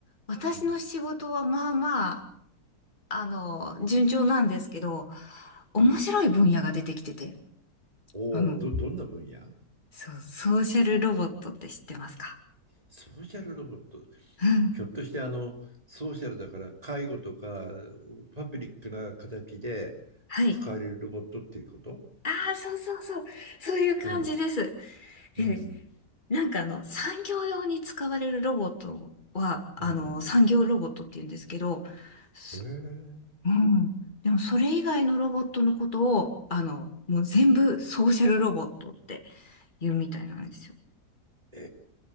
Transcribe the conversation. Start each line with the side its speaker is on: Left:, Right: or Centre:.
Left: 私の仕事はまあまあ、
Right: うん
Left: あの、順調なんですけど、面白い分野が出てきてて、
Right: うん、おお、
Left: あの、
Right: ど、どんな分野
Left: そう、ソーシャルロボットって知ってますか
Right: ソーシャルロボット。
Left: うん。
Right: ひょっとしてあの、ソーシャルだから介護とかパブリックな形で使われるロボットっていうこと
Left: はい。ああ、そうそうそう。そういう感じです。
Right: うん。
Left: で、
Right: うん。
Left: なんかあの、産業用に使われるロボットは、あの、
Right: うん
Left: 産業ロボットって言うんですけど、す
Right: うん。
Left: うん。でもそれ以外のロボットのことを、あの、もう全部ソーシャルロボットって言うみたいなんですよ。
Right: え